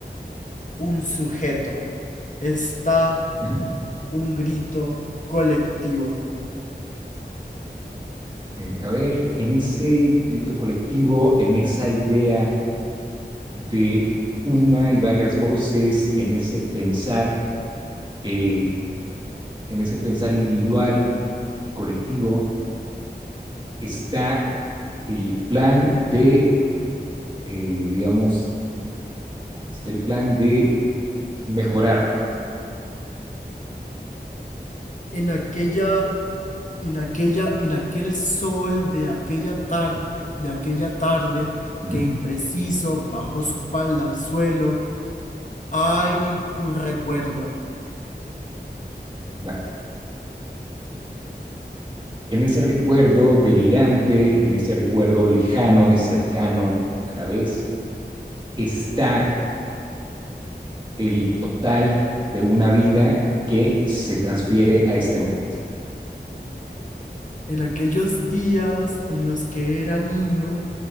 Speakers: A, on the left (about 45°); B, on the right (about 25°).
A: un sujeto, está
B: Uh -huh.
A: un grito colectivo.
B: Eh, a ver, en ese grito colectivo, en esa idea de una y varias voces, en ese pensar eh, en ese pensar individual y colectivo, está el plan de, eh, digamos, está el plan de mejorar algo.
A: En aquella, en aquella, en aquel sol de aquella tarde, de aquella tarde
B: Uh
A: que
B: -huh.
A: impreciso bajó su falda al suelo, Hay un recuerdo.
B: vale. En ese recuerdo delirante, en ese recuerdo lejano y cercano a la vez, está el total de una vida que se transfiere a este momento.
A: En aquellos días en los que era niño,